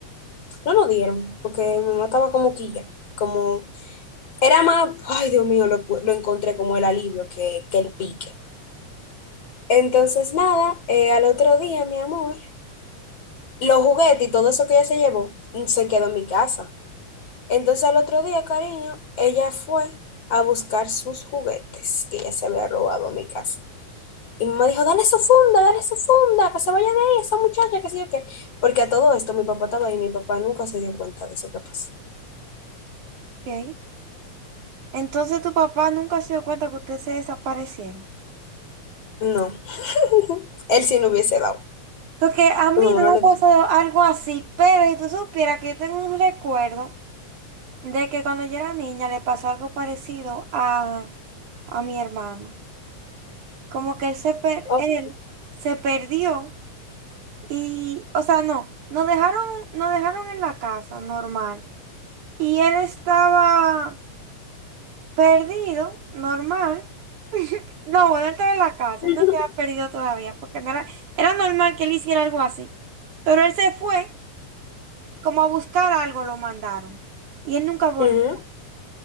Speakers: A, on the left (about 55°); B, on the right (about 80°).
A: no nos dieron porque mi mamá estaba como quilla, como era más, ay Dios mío, lo, lo encontré como el alivio que, que el pique. Entonces nada, eh, al otro día, mi amor, los juguetes y todo eso que ella se llevó mm, se quedó en mi casa. Entonces al otro día, cariño, ella fue a buscar sus juguetes que ella se había robado a mi casa. Y mi mamá dijo, dale su funda, dale su funda, que se vaya de ahí esa muchacha, que sé yo qué. Porque a todo esto mi papá estaba ahí y mi papá nunca se dio cuenta de eso que pasó.
B: Ok. Entonces tu papá nunca se dio cuenta que ustedes se desaparecieron.
A: No, <laughs> él sí no hubiese dado.
B: Porque a mí
A: Mi mamá
B: no
A: no
B: me
A: le
B: ha pasado
A: dijo.
B: algo así, pero si tú supieras que yo tengo un recuerdo de que cuando yo era niña le pasó algo parecido a, a mi hermano. Como que él se, per-
A: Ok.
B: él se perdió. Y, o sea, no, nos dejaron, nos dejaron en la casa, normal. Y él estaba perdido, normal. <laughs> No, bueno, él estaba en la casa,
A: <laughs>
B: él no se había perdido todavía, porque no era, era normal que él hiciera algo así. Pero él se fue, como a buscar algo, lo mandaron. Y él nunca volvió.
A: Ujú.